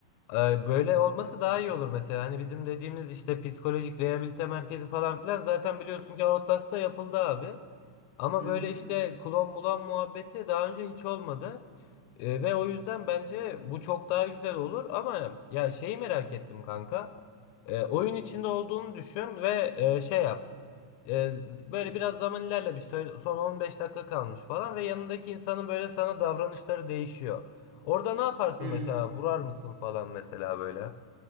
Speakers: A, on the left; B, on the right.
A: E, böyle olması daha iyi olur mesela. Hani bizim dediğimiz işte psikolojik rehabilite merkezi falan filan zaten biliyorsun ki Outlast'ta yapıldı abi. Ama
B: Hı
A: böyle
B: hı.
A: işte klon bulan muhabbeti daha önce hiç olmadı. E, ve o yüzden bence bu çok daha güzel olur. Ama ya şeyi merak ettim kanka. E, oyun içinde olduğunu düşün ve e, şey yap. E, böyle biraz zaman ilerlemiş. Şöyle Son 15 dakika kalmış falan ve yanındaki insanın böyle sana davranışları değişiyor. Orada ne yaparsın
B: Hı.
A: mesela? Vurar mısın falan mesela böyle?